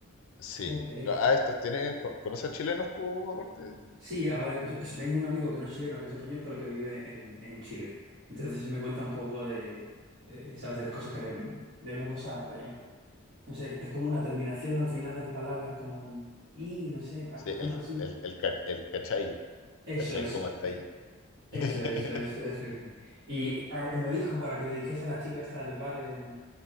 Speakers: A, on the left; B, on the right.
A: Sí.
B: Joder.
A: No, ah, esto tiene, co- ¿conoces chilenos tú aparte?
B: Sí, a ver, yo tengo un amigo que no es chileno, que es español, pero que vive en, en Chile. Entonces se me cuenta un poco de, eh, ¿sabes? De las cosas que le... De una cosa, de- no sé, es como una terminación al final de las palabras, como un... Y, no sé, a-
A: Sí,
B: algo
A: el,
B: así.
A: el, el, ca- el cachai.
B: Eso,
A: ¿Cachai
B: eso,
A: cómo está
B: eh,
A: ahí?
B: eso,
A: <laughs>
B: eso, eso, eso. Y eh, me dijo para que le dijese a la chica esta del bar, en-